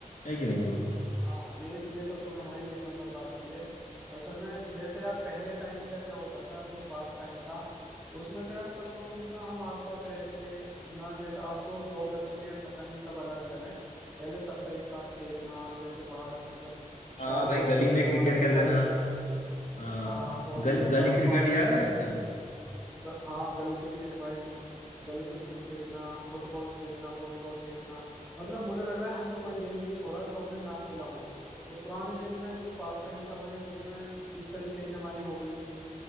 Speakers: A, on the left; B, in the centre.
A: है कि नहीं बोलो
B: हाँ ये ये तो तूने भाई एक नंबर बात की है असल में जैसे यार पहले टाइम का क्या होता था जो पास टाइम था उसमें तो यार सब लोग मतलब हम आसपास रहते थे ना जैसे अब तो जॉब लग चुके हैं पता नहीं सब अलग अलग हैं पहले सबका एक साथ खेलना जैसे बाहर मतलब
A: हाँ
B: शाम
A: भाई
B: को
A: गली
B: छुई
A: में
B: छुआ
A: क्रिकेट
B: स्पाइस
A: खेलते ना हाँ
B: हाँ और
A: गल,
B: ये
A: गली
B: बर्फ
A: क्रिकेट
B: पानी
A: याद है तुम्हें
B: ग, हाँ गली क्रिकेट भाई गली क्रिकेट खेलना फुटबॉल खेलना वॉलीबॉल खेलना मतलब मुझे लग रहा है हमने कोई गेम नहीं छोड़ा जो हमने ना खेला हो तो पुराने दिन में जो पास टाइम था भाई उसमें इस तरीके की हमारी हॉबीज थी